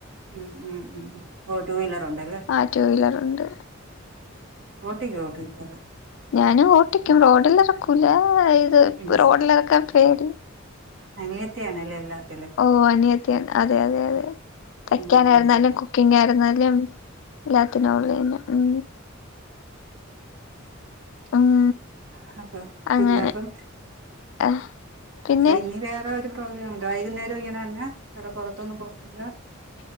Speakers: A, on the right (about 70°); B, on the left (about 65°).
A: ഉം ഉം ഉ ഓ ടു വീലറ് ഉണ്ട് അല്ലേ
B: ആഹ് ടു വീലർ ഒണ്ട്
A: ഉ ഓട്ടിക ഓട്ടി ഇല്ലത <unintelligible>
B: ഞാനും ഓട്ടിക്കും റോഡിൽ എറക്കൂല ഇത്
A: ഉം
B: റോഡിൽ എറക്കാൻ പേടി
A: അനിയത്തിയാണല്ലേ എല്ലാം -
B: ഓഹ് അനിയത്തിയാണ് അതെ അതെ അതെ തയ്ക്കാനായിരുന്നാലും
A: ഉം ഉം
B: കുക്ക് - കുക്കിങ്ങ് ആയിരുന്നാലും എല്ലാത്തിനും അവള് തന്നെ ഉം
A: <inaudible>
B: ഉം
A: അപ്പം പിന്നെ
B: അങ്ങനെ
A: അപ്പം
B: ആഹ് പിന്നെ
A: അപ്പൊ ഇനി വേറെ ഒരു പ്രോഗ്രാമില്ലേ വൈകുന്നേരം ഇങ്ങനെ തന്നെയാ വേറെ പൊറത്തൊന്നും പോത്തില്ല